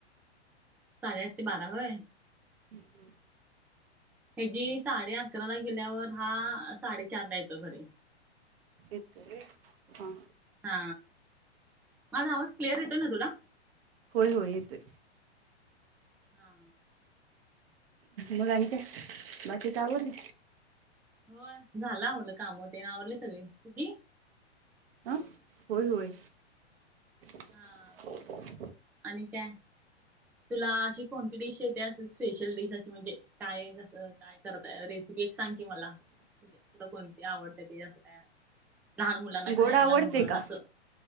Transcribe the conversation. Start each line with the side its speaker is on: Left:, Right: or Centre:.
Centre: साडे आठ ते बारा होय.
Right: हं हम्म
Centre: ह्याजी साडे अकराला गेल्यावर हा साडेचारला येतो घरी
Right: येतो व्हय हा हा
Centre: हा माझा आवाज क्लिअर येतो ना तुला
Right: होय होय येतोय.
Centre: हा.
Right: मग आणि काय बाकीच आवरलं
Centre: होय झाला आवरला काम ते ना आवरले सगळी तुझी
Right: हं होय होय. <unintelligible>
Centre: हा आणि काय तुला अशी कोणती डिश येते अस स्पेशल डिश अशी म्हणजे काय कसं काय करता रेसिपी एक सांग की मला तुझ्या तुला कोणती आवडत ती असं काय लहान मुलांना
Right: गोड
Centre: खायाला
Right: आवडते
Centre: म्हण
Right: का
Centre: असं